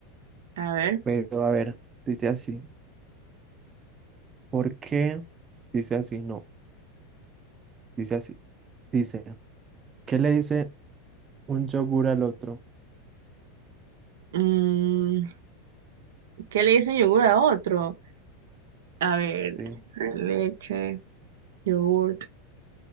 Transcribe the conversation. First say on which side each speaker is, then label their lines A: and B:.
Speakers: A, on the right (about 75°); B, on the right (about 30°).
A: A ver,
B: Pero a ver, dice así, ¿por qué? Dice así, no, dice así. Dice, ¿qué le dice un yogur al otro?
A: mm, ¿qué le dice un yogur a otro? A ver,
B: Sí,
A: leche, yogurt,